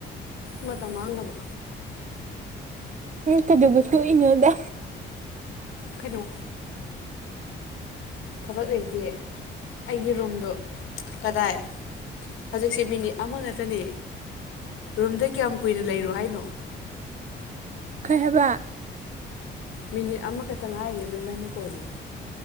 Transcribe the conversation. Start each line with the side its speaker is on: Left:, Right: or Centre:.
Left: ꯃꯇꯝ ꯃꯥꯡꯅꯕ
Right: ꯎꯝ ꯀꯗꯒꯁꯨꯅꯗ
Left: ꯈꯔꯣ ꯊꯕꯛ ꯂꯩꯇꯦ ꯑꯩꯒꯤ ꯔꯨꯝꯗꯣ ꯀꯗꯥꯏ ꯍꯧꯖꯤꯛꯁꯦ ꯃꯤꯅꯤꯠ ꯑꯃꯈꯛꯇꯅꯦ ꯔꯨꯝꯗ ꯀꯌꯥꯝ ꯀꯨꯏꯅ ꯂꯩꯔꯣ ꯍꯥꯏꯅꯣ
Right: ꯈꯩ ꯍꯥꯏꯕ
Left: ꯃꯤꯅꯤꯠ ꯑꯃꯈꯛꯇ ꯉꯥꯏꯔꯤꯏꯕꯥꯅꯤ ꯀꯣꯜꯂꯤ